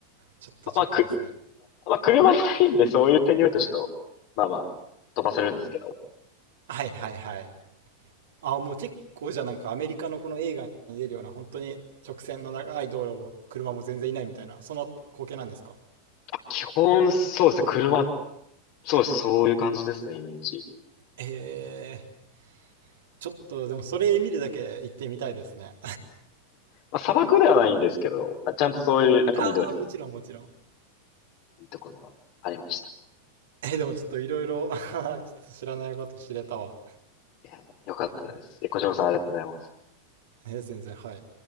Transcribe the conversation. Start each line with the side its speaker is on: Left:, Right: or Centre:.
Right: ちょっとちょっとですね。
Left: まあ、まあく、まあ、車いないんで、そういう点によるとちょっと、まあまあ、飛ばせるんですけど。
Right: はいはいはい。あ、もう結構じゃあなんかアメリカのこの映画に出るような本当に直線の長い道路を車も全然いないみたいな、そんな光景なんですか
Left: 基本、そうですね、車、そうですね、そういう感じですね、イメージ。
Right: えー、ちょっとでもそれ見るだけ行ってみたいですね。
Left: まあ、砂漠ではないんですけど、まあ、ちゃんとそういう、なんか緑も
Right: <laughs> ああ、もちろんもちろん。はい
Left: いいところがありました。
Right: えー、でもちょっといろいろ <laughs>、ちょっと知らないこと知れたわ。
Left: いや、よかったです。
Right: ね
Left: え、小島さんありがとうございます。
Right: えー全然、はい。